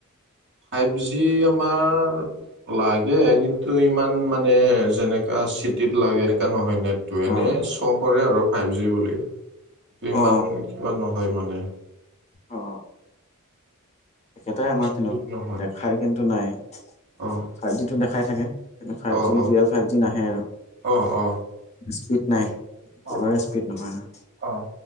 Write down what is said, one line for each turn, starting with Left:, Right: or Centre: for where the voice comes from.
Right: ফাইভ জি আমাৰ লাগে কিন্তু ইমান মানে যেনেকা চিটিত লাগে এনেকা নহয় মেন টো, এনেই
Left: অ
Right: শ্ব' কৰে আৰু ফাইভ জি বুলি কিন্তু ইমান
Left: অ অ
Right: কিবা নহয় মানে।
Left: অ অ একেটাই আমাৰ
Right: স্পীড
Left: পিনেও,
Right: নহয়
Left: দেখাই কিন্তু নাই।
Right: অ'।
Left: ফাইভ জিটো দেখাই থাকে, কিন্তু ফাইভ
Right: অ
Left: জি
Right: অ
Left: ৰিয়েল ফাইভ জি নাহে আৰু।
Right: অ অ
Left: স্পীড নাই, একেবাৰে
Right: অ
Left: স্পীড নহয় হা।
Right: অ'